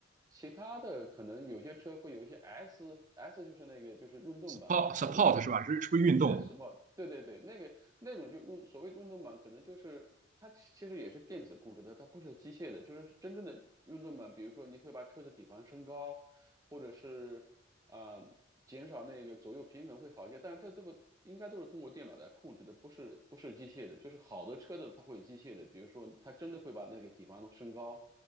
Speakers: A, on the right (about 20°); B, on the right (about 40°).
A: 其他的可能有些车会有一些 S，S 就是那个就是运动版，
B: support
A: 就所谓的
B: support 是吧？是是不是运动？
A: 对的，r t 对对对，那个那种就运所谓运动版，可能就是它其其实也是电子控制的，它不是机械的，就是真正的运动版，比如说你会把车子底盘升高，或者是啊、呃减少那个左右平衡会好一些，但是这这个应该都是通过电脑来控制的，不是不是机械的，就是好的车子它会机械的，比如说它真的会把那个底盘升高，